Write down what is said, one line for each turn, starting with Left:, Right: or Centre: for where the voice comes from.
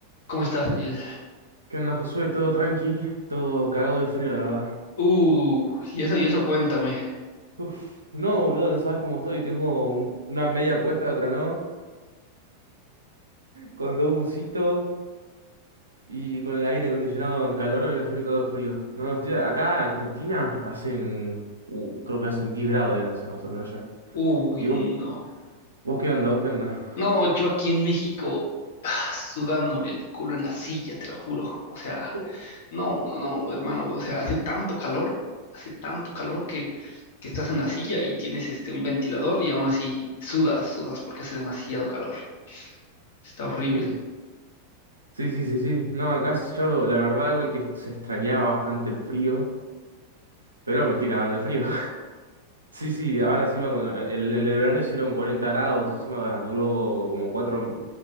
Left: ¿Cómo estás, Ariel?
Right: ¿Qué onda, Josué? Todo tranqui, todo cagado de frío, la verdad.
Left: Uh, y eso, y eso, cuéntame.
Right: Uf, no, boludo, no sabes cómo estoy. Tengo un- una media puesta, otra no, con dos bucitos y con el aire acondicionado en calor, ahora sí me cago de frío. No, estoy acá en Argentina, hacen, uh, creo que hacen 10 grados, deben hacer más o menos ya.
Left: Uy,
Right: ¿Y vos?
Left: no.
Right: ¿Vos qué onda? ¿Vos qué onda?
Left: No, yo aquí en México, ah, sudándome el culo en la silla, te lo juro. O sea,
Right: Oh.
Left: no, no, no, hermano. O sea, hace tanto calor, hace tanto calor que, que estás en la silla y tienes este un ventilador y aún así sudas, sudas porque hace demasiado calor. Está horrible.
Right: Uh, sí, sí, sí, sí. No, acá yo, la verdad, igual que se extrañaba bastante el frío, pero me estoy cagando de frío. Sí, sí, ahora encima con el, el de verano hicieron 40 grados, encima duró como cuatro,